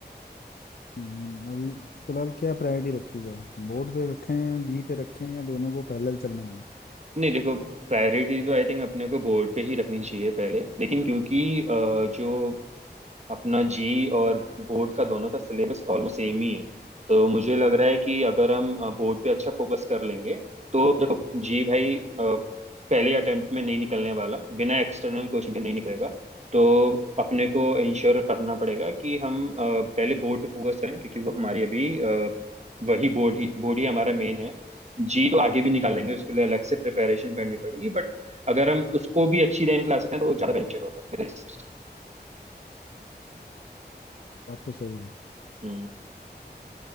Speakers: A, on the left; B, on the right.
A: हम्म, अभी फिलहाल क्या प्रायोरिटी रखी जाए बोर्ड पे रखें जी पे रखें या दोनों को पैरेलल चलने में
B: नहीं देखो प्रायोरिटी तो आई थिंक अपने को बोर्ड पे ही रखनी चाहिए पहले लेकिन क्योंकि अ, जो अपना जी और बोर्ड का दोनों का सिलेबस ऑलमोस्ट सेम ही है तो मुझे लग रहा है कि अगर हम बोर्ड पे अच्छा फोकस कर लेंगे तो देखो जी भाई अ, पहले अटेम्प्ट में नहीं निकलने वाला बिना एक्सटर्नल कोचिंग के नहीं निकलेगा तो अपने को इंश्योर करना पड़ेगा कि हम अ, पहले बोर्ड पे फोकस करें क्योंकि वो हमारी अभी अ, वही बोर्ड ही बोर्ड ही हमारा मेन है जी तो आगे भी निकाल लेंगे उसके लिए अलग से प्रिपरेशन करनी पड़ेगी बट अगर हम उसको भी अच्छी रैंक ला सकते हैं तो वो ज्यादा बेनिफिशियल होगा मेरे हिसाब से
A: बात तो सही है
B: हम्म।